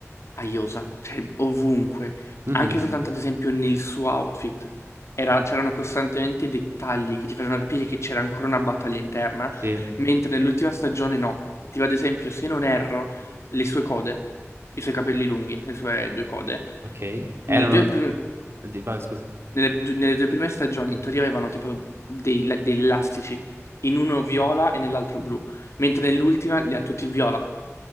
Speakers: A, on the left; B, on the right.
A: a Iosa, cioè ovunque,
B: Mhm,
A: anche soltanto ad esempio nel suo outfit. Era- c'erano costantemente dettagli che ti facevano capire che c'era ancora una battaglia interna,
B: Sì,
A: mentre nell'ultima stagione no. Tipo ad esempio, se non erro, le sue code, i suoi capelli lunghi, le sue due code,
B: ok. Erano...
A: nelle due, prim-
B: di- Vai, scusa.
A: nelle du- nelle due prime stagioni in teoria avevano tipo dei, la- degli elastici, in uno viola e nell'altro blu, mentre nell'ultima li ha tutti viola.